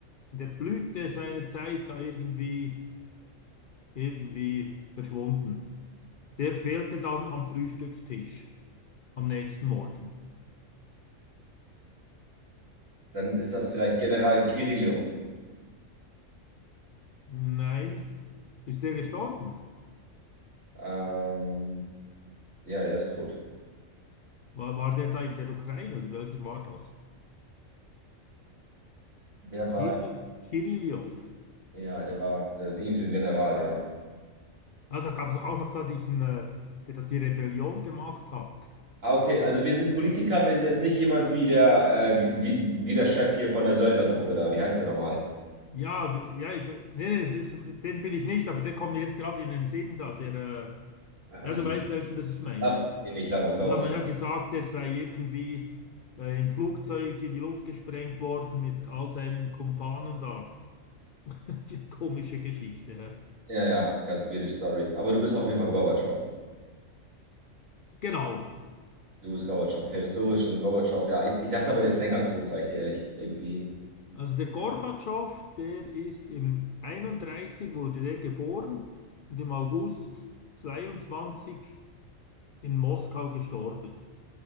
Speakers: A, on the left; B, on the right.
A: in der Blüte seiner Zeit da irgendwie, irgendwie verschwunden. Der fehlte dann am Frühstückstisch am nächsten Morgen.
B: dann ist das vielleicht General Kirillow.
A: Nein, ist der gestorben?
B: Ähm, ja, der ist tot.
A: War, war der da in der Ukraine oder welcher war das?
B: Der
A: Kirill,
B: war,
A: Kirillow.
B: ja, der war, der war irgendwie so ein General, ja.
A: Ah, da gab es doch auch noch da diesen, äh, der da die Rebellion gemacht hat.
B: Ah, okay, also wir sind Politiker, wir sind jetzt nicht jemand wie der, äh, wie, wie, wie der Chef hier von der Söldnertruppe da. Wie heißt der nochmal?
A: Ja, ja, ich, nee, nee, es ist, den bin ich nicht, aber der kommt mir jetzt gerade in den Sinn da, der,
B: Ah,
A: äh, ja,
B: wie?
A: du weißt welchen, das ich meine.
B: Lavrov, nee, nicht Lavrov, Lavrov,
A: Da hat
B: ist
A: man
B: ja.
A: ja gesagt, der sei irgendwie äh, im Flugzeug in die Luft gesprengt worden mit all seinen Kumpanen da. <laughs> Die komische Geschichte. hä?
B: Ja, ja, ganz weirde Story. Aber du bist auf jeden Fall Gorbatschow.
A: Genau.
B: Du bist Gorbatschow. Historisch und Gorbatschow, ja. Ich, ich dachte aber, der ist länger tot, sag ich dir ehrlich. Irgendwie.
A: Also der Gorbatschow, der ist im 31 wurde der geboren und im August 22 in Moskau gestorben.